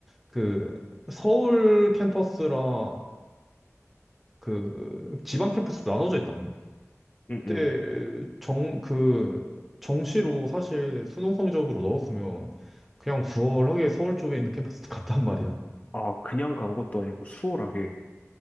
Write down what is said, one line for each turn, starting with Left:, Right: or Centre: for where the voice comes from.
Centre: 그 서울 캠퍼스랑 그 지방 캠퍼스로 나눠져 있단 말이야.
Left: 응, 응.
Centre: 그때 정, 그 정시로 사실 수능 성적으로 넣었으면 그냥 수월하게 서울 쪽에 있는 캠퍼스 갔단 말이야.
Left: 아, 그냥 간 것도 아니고 수월하게.